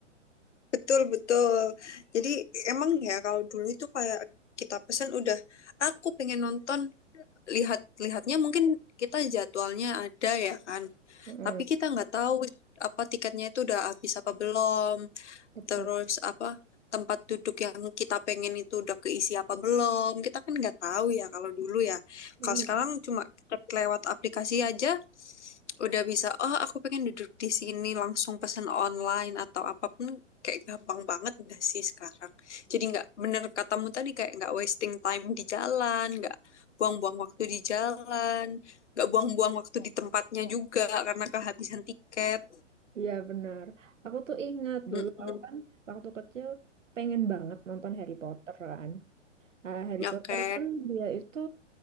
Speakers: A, on the left (about 70°); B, on the right (about 85°).
A: Betul, betul. Jadi emang ya kalau dulu itu kayak kita pesan udah aku pengen nonton lihat lihatnya mungkin kita jadwalnya ada ya kan.
B: mm
A: Tapi kita nggak tahu apa tiketnya itu udah habis apa belum.
B: betul.
A: terus apa tempat duduk yang kita pengen itu udah keisi apa belum kita kan nggak tahu ya kalau dulu ya kalau
B: Iya,
A: sekarang cuma lewat aplikasi aja udah bisa oh aku pengen duduk di sini langsung pesan online atau apapun kayak gampang banget nggak sih sekarang jadi nggak bener katamu tadi kayak nggak wasting time di jalan nggak buang-buang waktu di jalan nggak buang-buang waktu di tempatnya juga karena kehabisan tiket
B: Iya, benar. Aku tuh ingat
A: Mm-mm.
B: dulu aku kan waktu kecil pengen banget nonton Harry Potter kan. Nah, Harry
A: oke
B: Potter kan dia itu